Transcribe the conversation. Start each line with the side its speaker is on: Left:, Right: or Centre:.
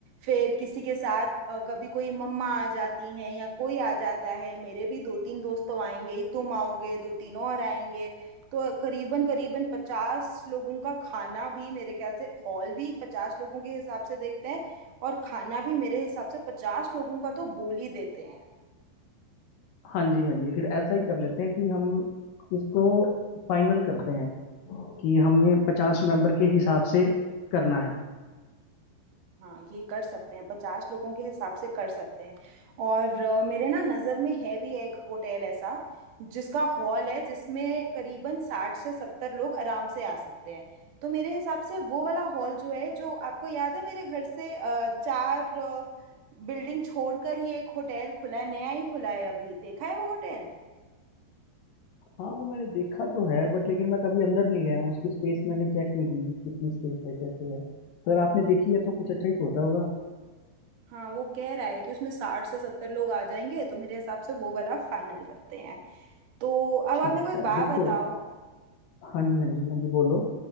Right: फिर किसी के साथ अ, कभी कोई मम्मा आ जाती हैं या कोई आ जाता है मेरे भी दो तीन दोस्त तो आएंगे ही तुम आओगे दो तीन और आएंगे तो करीबन करीबन पचास लोगों का खाना भी मेरे ख्याल से हॉल भी पचास लोगों के हिसाब से देखते हैं और खाना भी मेरे हिसाब से पचास लोगों का तो बोल ही देते हैं
Left: हाँ जी हाँ जी फिर ऐसा ही कर लेते हैं कि हम इसको फाइनल करते हैं कि हमें पचास मेंबर के हिसाब से करना है
Right: हाँ ये कर सकते हैं पचास लोगों के हिसाब से कर सकते हैं और अ, मेरे ना नज़र में है भी एक होटल ऐसा जिसका हॉल है जिसमें करीबन साठ से सत्तर लोग आराम से आ सकते हैं तो मेरे हिसाब से वो वाला हॉल जो है जो आपको याद है मेरे घर से अ, चार बिल्डिंग छोड़कर ही एक होटल खुला है नया ही खुला है अभी देखा है वो होटल
Left: हाँ वो मैंने देखा तो है बट लेकिन मैं कभी अंदर नहीं गया हूँ उसकी स्पेस मैंने चेक नहीं की कि कितनी स्पेस है कैसे है तो अगर आपने देखी है तो कुछ अच्छा ही सोचा होगा
Right: हाँ वो कह रहा है कि उसमें साठ से सत्तर लोग आ जाएंगे तो मेरे हिसाब से वो वाला फाइनल करते हैं तो अब
Left: ठीक
Right: आप मेरे को एक
Left: है
Right: बात
Left: देखो
Right: बताओ
Left: हाँ जी हाँ जी हाँ जी बोलो